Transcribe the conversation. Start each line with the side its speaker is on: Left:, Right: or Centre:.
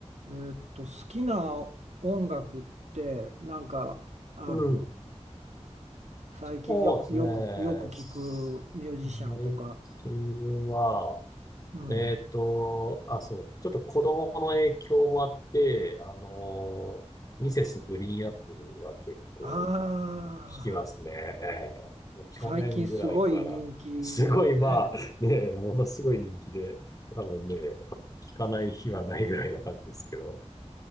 Right: えーっと、好きな音楽ってなんかある
Left: うん。
Right: 最近よく、
Left: そうですね。
Right: よく、よく聞くミュージシャンとか。
Left: 最近は、
Right: うん。
Left: えっと、あ、そう、ちょっと子供の影響もあって、あの、ミセスグリーンアップルは結構
Right: ああ、
Left: 聞きますね。ええ去年ぐらいから、
Right: 最近すごい人気だよね。
Left: すごい、まあ、ね、ものすごい人気で、多分ね、聞かない日はないぐらいな感じですけど、